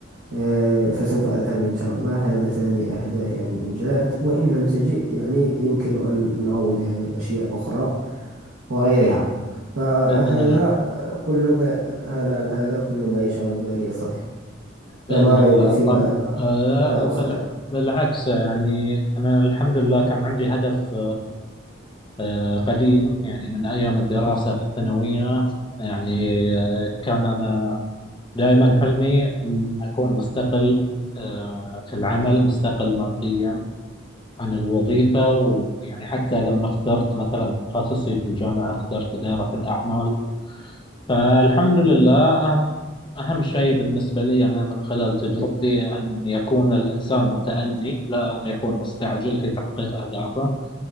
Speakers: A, on the right; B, on the left.
A: آه، فسوف أذهب إن شاء الله هذا ثاني أهداف يعني إن جاءت وإن لم تجئ يعني يمكن أن نعوض يعني بأشياء أخرى وغيرها فهذا
B: بإذن الله
A: كل ما ها نعم هذا كل ما يشغل بالي يا صديقي
B: بإذن
A: فما رأيك
B: الله
A: فيما
B: طب
A: أنا
B: آه
A: أنا أخطط
B: بل بالعكس يعني أنا الحمد لله كان عندي هدف آه قديم يعني من أيام الدراسة في الثانوية يعني آه كان أنا دائما حلمي أن أكون مستقل آه في العمل مستقل ماديا عن الوظيفة ويعني حتى لما اخترت مثلا تخصصي في الجامعة اخترت إدارة الأعمال فالحمد لله أهم أهم شيء بالنسبة لي أنا من خلال تجربتي أن يكون الإنسان متأني لا أن يكون مستعجل في تحقيق أهدافه